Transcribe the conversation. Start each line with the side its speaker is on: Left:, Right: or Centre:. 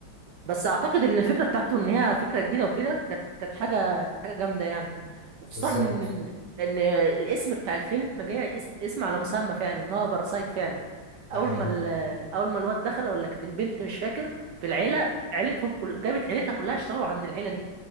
Right: بس اعتقد ان الفكره بتاعته ان هي فكره جديده وكده كانت كانت حاجه كانت حاجه جامده يعني وخصوصا
Left: بالظبط
Right: ان ان إن الاسم بتاع الفيلم جاي اس- اسم على مسمى فعلا ان هو باراسايت فعلا
Left: ده
Right: اول
Left: حقيقي
Right: ما ال- اول ما الواد دخل ولا كانت البنت مش فاكر في العيله عيلتهم كل جابت عيلتها كلها اشتغلوا عند العيله دي